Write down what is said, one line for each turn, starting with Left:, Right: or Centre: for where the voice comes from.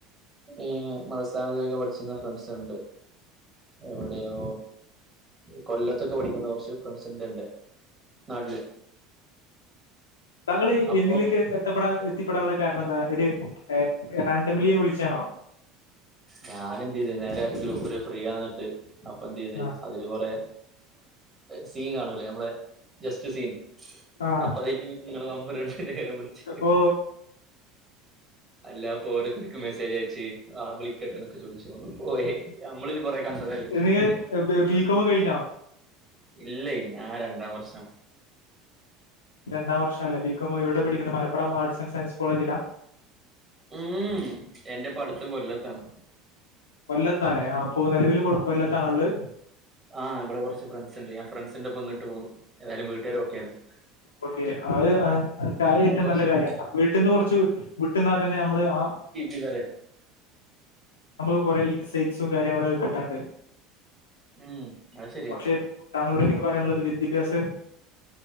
Right: ഏ മതസ്ഥാനത്തിലൊക്കെ പഠിച്ചിരുന്ന ഫ്രണ്ട്സ് ഉണ്ട്. എവിടെയോ കൊല്ലത്തൊക്കെ പഠിക്കുന്ന കുറച്ച് ഫ്രണ്ട്സ് ഉണ്ട് എന്റെ നാട്ടില്
Left: താങ്കൾ
Right: അപ്പൊ
Left: എന്നിലേക്ക് എത്തപ്പെടാ എത്തിപ്പെടാനുള്ള കാരണം എന്താ? ഒരു <unintelligible> വിളിച്ചാണോ
Right: ഞാന എന്ത് ചെയ്തു നേരെ ഗ്രൂപ്പില് ഫ്രീയാന്നിട്ട്. അപ്പൊ എന്ത് ചെയ്ത്
Left: ആ
Right: അതില് കൊറെ സീൻ കാണൂല്ലേ നമ്മളെ ജസ്റ്റ് സീൻ
Left: ആ.
Right: അപ്പൊ അതില് നിങ്ങളെ നമ്പൂരുണ്ട് ഇവരെ വിളിച്ച
Left: ഓ
Right: അല്ലാപ്പോ ഓരോത്തർക്ക് മെസ്സേജ് അയച്ച് ആ വിളിക്കട്ടെ എന്നൊക്കെ ചോദിച്ചു ഒന്ന് പോയ നമ്മൾ ഇത് കൊറെ കണ്ടതല്ലേ
Left: നിങ്ങൾ ബികോം കഴിഞ്ഞോ
Right: ഇല്ല ഞാൻ രണ്ടാം വർഷം
Left: രണ്ടാം വർഷം അല്ലേ? ബി. കോം. എവിടെ പഠിക്കണു? മലപ്പുറം ആർട്സ് ആൻഡ് സയൻസ് കോളേജിലാ?
Right: ഉം എന്റെ പഠിത്തം കൊല്ലത്താണ്
Left: കൊല്ലത്താലേ ആ ഇപ്പൊ നിലവിൽ കൊല്ലാതെആണോ ഉള്ളത്
Right: ആഹ് ഇവിടെ കുറച്ച് ഫ്രണ്ട്സ് ഉണ്ട്. ഞാൻ ഫ്രണ്ട്സിന്റെ ഒപ്പം ഇങ്കിട്ട് പോന്നു. എതായാലും വീട്ടുകാരും ഒക്കെ ആയിരുന്നു.
Left: ഓക്കെ അത് അ ഏറ്റവും
Right: കുറച്ച്
Left: നല്ല കാര്യമാണ് വീട്ടിൽന്ന് കുറച്ച് വിട്ടുന്നാൽ തന്നെ നമ്മള് ആ
Right: മനസ്സിലായില്ലേ
Left: നമുക്ക് കുറെ ഇൻസൈറ്റ്സും കാര്യങ്ങളൊക്കെ കിട്ടാണ്ട്
Right: ഉം അത് ശരിയാ
Left: പക്ഷെ താങ്കളോട് എനിക്ക് പറയാനുള്ളത് വിദ്യാഭ്യാസം